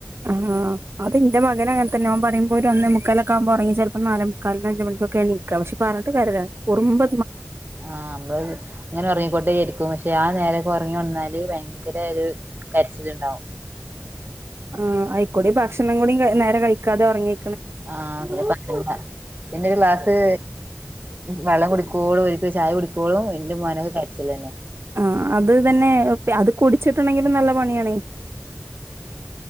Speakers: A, on the right; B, on the right.
A: ആഹ് അത് ഇന്റെ മകനങ്ങൻതെന്നെ ഓൻ പറിമ്പോ ഒരു ഒന്നേമു ക്കാലൊക്കെക്മ്പോ ഒർങ്ങി ചെൽപ്പോ നാലെമുക്കാൽന് അഞ്ച് മണിക്കൊക്കാണ് നീക്ക പക്ഷെ പറഞ്ഞട്ട് കര്യല്ല്യ കുർമ്പ്
B: ആഹ് നമ്മള് ഇങ്ങനെ ഒർങ്ങിക്കോണ്ടേ ഇരിക്കും പക്ഷെ ആ നേര ഒർങ്ങി ഒൺന്നാല് ഭയങ്കര ഒരു കരച്ചില്ണ്ടാവും
A: ആ അയ്ക്കൂടി ഭക്ഷണം കൂടി നേരെ കഴിക്കാതെ ഒർങ്ങി
B: ആ <unintelligible> ക്ലാസ്സ് വെള്ളം കുടിക്കോളും <unintelligible> ചായ കുടിക്കോളും എന്റെ <unintelligible>
A: ആ അത് തന്നെ അത് കുടിച്ചിട്ടുണ്ടെങ്കിലും നല്ല പണിയാണ്.